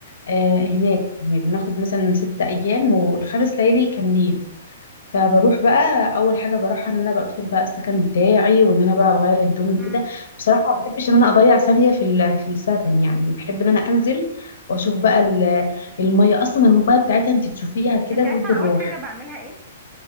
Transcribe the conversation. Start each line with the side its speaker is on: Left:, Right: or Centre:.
Left: آه هناك يعني بناخد مثلا ست ايام والخمس ليالي كاملين فبروح بقى اول حاجه بروحها ان انا بدخل بقى السكن بتاعي وان انا بقى بغير هدومي وكده
Right: امم
Left: بصراحه ما بحبش ان انا اضيع ثانيه في ال- في السكن يعني أنا بحب ان انا انزل واشوف بقى ال- الميه اصلا الميه بتاعتها انت تشوفيها كده
Right: انت
Left: تود
Right: عارفه أنا
Left: الروح
Right: اول حاجه بعملها ايه